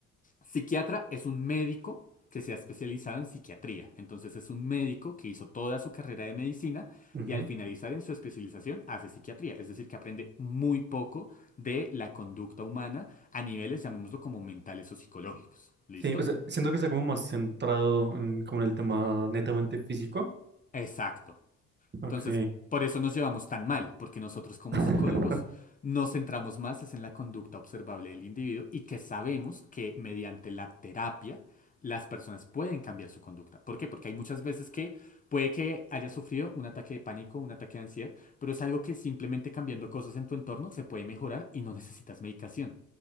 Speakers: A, on the left; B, on the right.
A: Psiquiatra es un médico que se ha especializado en psiquiatría. Entonces es un médico que hizo toda su carrera de medicina
B: ujú.
A: y al finalizar en su especialización hace psiquiatría. Es decir, que aprende muy poco de la conducta humana a niveles, llamémoslo como mentales o psicológicos. ¿Listo?
B: Sí, o sea, siento que está como más centrado en, como en el tema netamente físico.
A: Exacto.
B: Ok.
A: Entonces, por eso nos llevamos tan mal, porque nosotros como
B: <laughs>
A: psicólogos nos centramos más es en la conducta observable del individuo y que sabemos que mediante la terapia las personas pueden cambiar su conducta. ¿Por qué? Porque hay muchas veces que puede que haya sufrido un ataque de pánico, un ataque de ansiedad, pero es algo que simplemente cambiando cosas en tu entorno se puede mejorar y no necesitas medicación.